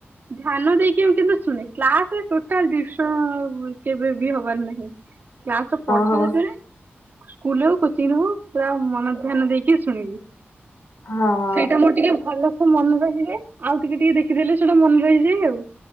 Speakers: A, on the right (about 50°); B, on the left (about 60°).
A: ଧ୍ୟାନ ଦେଇକି ମୁଁ କିନ୍ତୁ ଶୁଣେ କ୍ଲାସରେ ଟୋଟାଲ ଡିଷ୍ଟର୍ବ କେବେ ବି ହବାର ନାହିଁ। କ୍ଲାସରେ ପଢା
B: ହଁ ହଁ ହଁ।
A: ହଉଛି ମାନେ ସ୍କୁଲରେ ହଉ କୋଚିଂରେ ହଉ ପୁରା ମନଧ୍ୟାନ ଦେଇକି <unintelligible>
B: ହଁ।
A: ସେଇଟା ମୋର ଟିକେ ଭଲସେ ମନେ ରହିଲେ ଆଉ ଟିକେ ଟିକେ ଦେଖିଦେଲେ ସେଇଟା ମନେ ରହିଯାଏ ଆଉ।